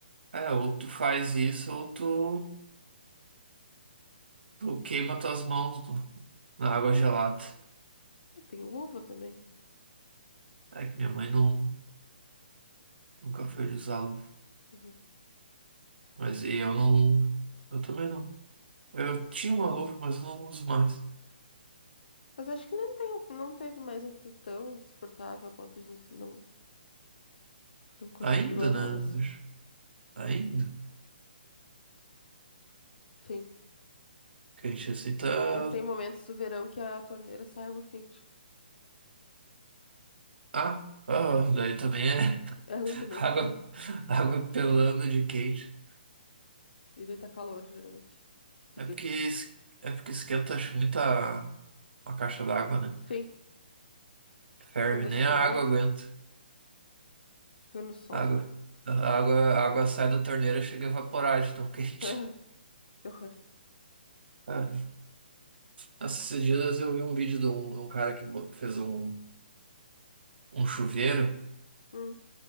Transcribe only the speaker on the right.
É, ou tu faz isso ou tu, tu queima tuas mãos no- na água gelada.
É que minha mãe não, nunca foi de usar luva.
Mas e eu não. Eu também não. Eu tinha uma luva, mas eu não uso mais.
Ainda,
né? Acho- Ainda.
Que a gente aceita.
Ah, ah, daí também é. <laughs>
Água,
água pelando de quente.
É porque, es- é porque esquenta acho, muito a, a caixa d'água, né?
Ferve,
nem
a água aguenta.
A água, a água, a água sai da torneira e chega a evaporar de tão <laughs> quente.
Ah, Nossa, esses dias eu vi um vídeo de um, de um cara que bo- fez um, um chuveiro.